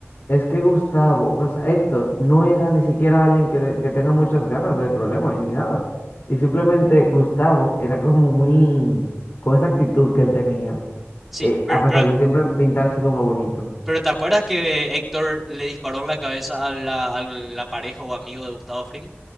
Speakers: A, on the left; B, in the centre.
A: Es que Gustavo, o sea, Héctor, no era ni siquiera alguien que, le- que tenga muchas ganas de problemas y ni nada. Y simplemente Gustavo era como muy, con esa actitud que él tenía,
B: Sí,
A: eh,
B: pero,
A: a pesar
B: pero
A: de siempre pintarse como bonito.
B: Pero ¿te acuerdas que Héctor le disparó en la cabeza a la, a la pareja o amigo de Gustavo Fring?